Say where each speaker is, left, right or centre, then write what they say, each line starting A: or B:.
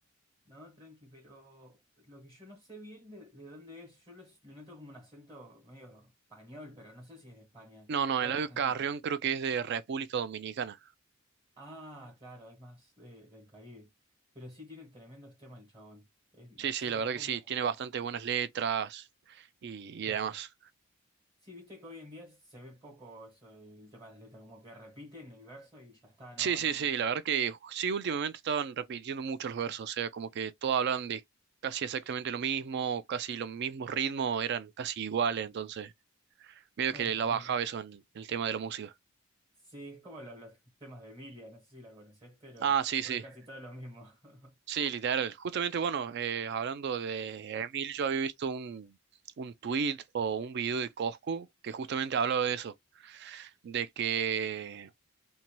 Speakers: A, on the right; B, on the right.
A: no, tranqui, pero lo que yo no sé bien de, de dónde es, yo lo, lo noto como un acento medio español, pero no sé si es de España
B: No, no,
A: o
B: Eladio
A: es argentino.
B: Carrión creo que es de República Dominicana.
A: Ah, claro, es más de- del Caribe, pero sí tiene tremendos temas el chabón, Es- no
B: Sí, sí,
A: sé,
B: la
A: es
B: verdad
A: como,
B: que sí, tiene bastante buenas letras y,
A: claro.
B: y demás.
A: Sí, viste que hoy en día se ve poco eso, el tema de las letras, como que repiten el verso y ya está, no,
B: Sí, sí,
A: no.
B: sí, la verdad que sí, últimamente estaban repitiendo mucho los versos, o sea, como que todos hablan de casi exactamente lo mismo, casi los mismos ritmos, eran casi iguales, entonces medio
A: Bueno,
B: que la
A: a ver,
B: bajaba eso en el tema de la música.
A: sí, es como lo- los, temas de Emilia, no sé si la conoces, pero
B: Ah, sí,
A: son
B: sí,
A: casi todos los mismos. <laughs>
B: sí, literal. Justamente, bueno, eh, hablando de Emil, yo había visto un, un tweet o un video de Coscu que justamente hablaba de eso de que